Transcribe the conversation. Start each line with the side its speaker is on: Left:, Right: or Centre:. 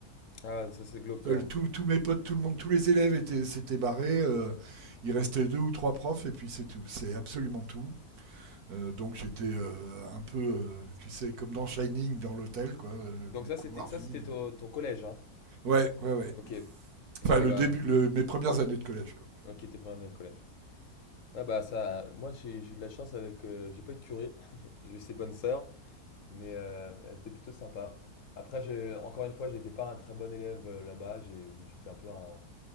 Left: Ah ouais, ça c'est glauque
Right: Seuls
Left: quand même.
Right: tous tous mes potes, tout le monde, tous les élèves étaient, s'étaient barrés. euh, il restait deux ou trois profs et puis c'est tout. C'est absolument tout. Euh, donc j'étais euh, un peu, euh, tu sais, comme dans Shining, dans l'hôtel, quoi, euh,
Left: Donc
Right: les
Left: ça
Right: couloirs
Left: c'était ça
Right: vides.
Left: c'était ton, ton collège, hein.
Right: Ouais, ouais, ouais.
Left: Ok. Ok
Right: Enfin, le
Left: bah.
Right: début, le- mes premières années de collège, quoi.
Left: Ok, tes premières années de collège. Ouais bah ça. Moi j'ai j'ai eu de la chance avec. euh, j'ai pas eu de curé. <laughs> J'ai eu ses bonnes sœurs. Mais euh, elles étaient plutôt sympas. Après, j'ai, encore une fois, j'étais pas un très bon élève euh, là-bas. J'ai- j'étais un peu un,